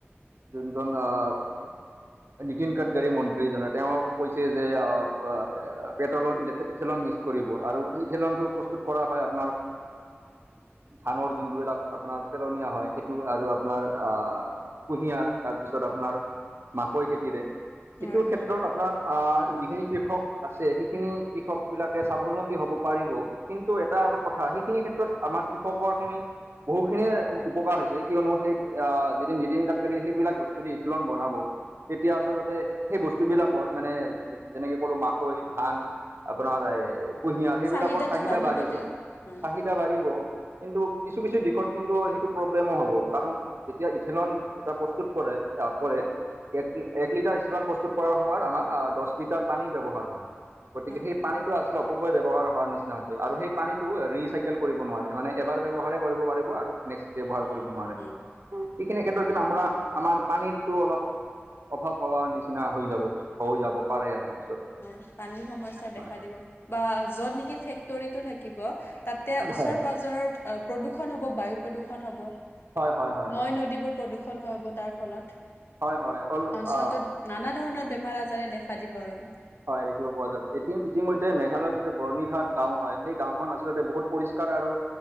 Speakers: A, on the right (about 65°); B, on the left (about 55°).
A: যোনজন অ'
B: <inaudible>
A: নীতিন গাডকাৰী মন্ত্ৰীজনে তেওঁ কৈছে যে, অ', পেট্ৰলৰ ইথেলন কৰিব আৰু এই ইথেলন প্ৰস্তুত কৰা হয় আপোনাৰ ধানৰ যোনটোবিলাক আপোনাৰ পেলনীয়া হয়, সেই টো আৰু আপোনাৰ কুঁহিয়াৰ তাৰপিছত আপোনাৰ মাকৈ খেতিৰে। সেইটো
B: হয় হয়।
A: ক্ষেত্ৰত আপোনাৰ অ', যিখিনি কৃষক আছে সেইখিনি কৃষকবিলাকে স্বাৱলম্বী হ'ব পাৰিব। কিন্তু এটা আৰু কথা, সেইখিনি ক্ষেত্ৰত আমাৰ কৃষকখিনিৰ বহুখিনিয়ে উপকাৰ হৈছে। কিয়নো সেই যদি নীতিন থাকিব দিয়ে, সেইবিলাক বস্তু দি ইথিলন বনাব। এতিয়া আচলতে, সেই বস্তুবিলাকৰ মানে যেনেকৈ ক'লোঁ মাকৈ, ধান আপোনাৰ এই কুঁহিয়াৰ। সেইবিলাকৰ
B: চাহিদাটো
A: চাহিদা বাঢ়িব,
B: তে হয় হয়
A: চাহিদ দা বাঢ়িব, কিন্তু কিছু কিছু দিশত কিন্তু সেইটো প্ৰব্লেমো হ'ব। কাৰণ যেতিয়া ইথেলন এটা প্ৰস্তুত কৰে এক লি, এক লিটাৰ ইথানল প্ৰস্তুত কৰাৰ সময়ত, আমাৰ দহ লিটাৰ পানী ব্যৱহাৰ হয়। গতিকে সেই
B: হয়
A: পানীত আছিল অপব্যয় ব্যৱহাৰ হোৱাৰ নিচিনা হৈছে আৰু সেই পানীটো ৰিচাইকেল কৰিব নোৱাৰে। মানে এবাৰ ব্যৱহাৰে কৰিব পাৰিব আৰু নেক্সট ব্যৱহাৰ কৰিব নোৱাৰে।
B: উম।
A: এইখিনিৰ ক্ষেত্ৰত কিন্তু আমাৰ আমাৰ পানীৰতো অলপ অভাৱ হোৱাৰ নিচিনা হৈ যাব পিছত, হৈ যাব পাৰে আৰু পিছত।
B: হয়, পানী সমস্যা দেখা
A: হয়
B: দিব বা য'ত নেকি ফেক্টৰীটো থাকিব তাতে ওচৰ-পাজৰৰ
A: হয়
B: প্ৰদূৰ্ষণ হ'ব, বায়ু প্ৰদূৰ্ষণ হ'ব,
A: হয় হয় হয়
B: নৈ নদীবোৰ প্ৰদূষণ হ'ব তাৰ ফলত।
A: হয় হয় হ'লেও
B: অঞ্চলটোত
A: হয়
B: নানা ধৰণৰ বেমাৰ-আজাৰে দেখা দিব আৰু।
A: হয় দেখিব পোৱা যাব। এতিয়া ইতিমধ্যে মেঘালয়ৰ যিটো বৰণিঘাট গাঁও হয়, সেই গাঁওখন আচলতে বহুত পৰিষ্কাৰ আৰু